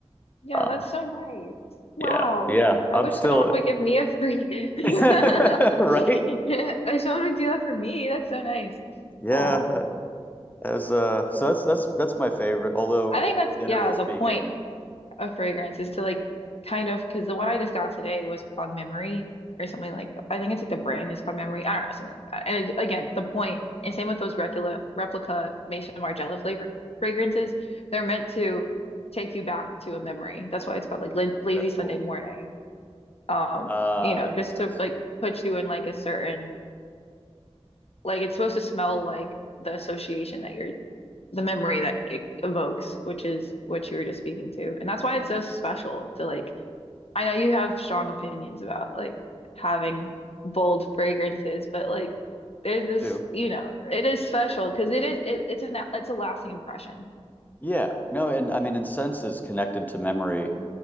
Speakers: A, on the left (about 70°); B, on the left (about 15°).
A: yeah,
B: Um,
A: that's so nice. Wow,
B: yeah, yeah,
A: I
B: I'm
A: wish
B: still
A: someone would give me a free. <laughs> I
B: <laughs> right.
A: wish someone would do that for me. That's so nice.
B: Yeah,
A: Oh,
B: As uh, so
A: I
B: that's that's that's my favorite. Although
A: think that's
B: generally
A: yeah
B: speaking,
A: the point A fragrance is to like kind of because the one I just got today was called Memory or something like that. I think it's like the brand is called Memory. I don't know, something like that. And it, again, the point, and same with those replica replica Maison Margiela flavor fragrances, they're meant to take you back to a memory. That's why it's called like Lin Lazy
B: that's
A: Sunday
B: cool.
A: Morning. Um,
B: Uh,
A: you know,
B: that
A: just
B: makes sense
A: to like put you in like a certain like it's supposed to smell like the association that you're the memory that it evokes, which is what you were just speaking to. And that's why it's so special to like I know you have strong opinions about like having bold fragrances, but like there's this,
B: too.
A: you know, it is special because it is it, it's a it's a lasting impression.
B: Yeah, no, and I mean, and sense is connected to memory,